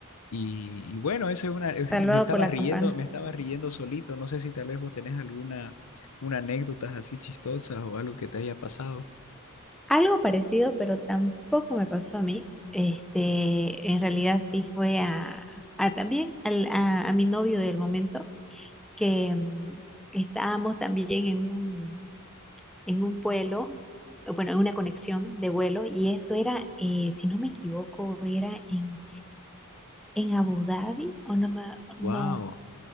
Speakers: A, on the left; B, in the centre.
A: Y, y bueno, eso es una, <laughs>
B: salvado
A: me estaba
B: por la
A: riendo,
B: campana.
A: me estaba riendo solito. No sé si tal vez vos tenés alguna, una anécdotas así chistosas o algo que te haya pasado.
B: Algo parecido, pero tampoco me pasó a mí. Este, en realidad sí fue a, a también al- a, a mi novio del momento, que mm, estábamos también en un en un vuelo, eh, bueno, en una conexión de vuelo, y esto era, eh, si no me equivoco, era en, en Abu Dhabi, o no, me- no,
A: Wow,